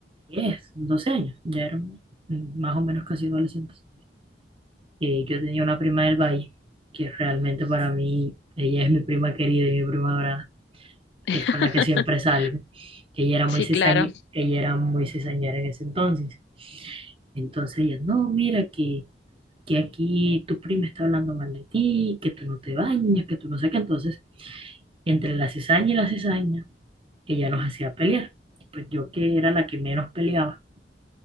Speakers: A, on the right (about 30°); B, on the left (about 75°).
A: 10 12 años, ya eran mm, más o menos casi adolescentes. Eh, yo tenía una prima del Valle, que realmente para mí, ella es mi prima querida y mi prima dorada,
B: <laughs>
A: que es con la que siempre salgo. Ella era muy
B: Sí,
A: cizañe-
B: claro.
A: ella era muy cizañera en ese entonces. Entonces ella, no, mira que que aquí tu prima está hablando mal de ti, que tú no te bañas, que tú no sé qué. Entonces, entre la cizaña y la cizaña, ella nos hacía pelear. Pues yo que era la que menos peleaba,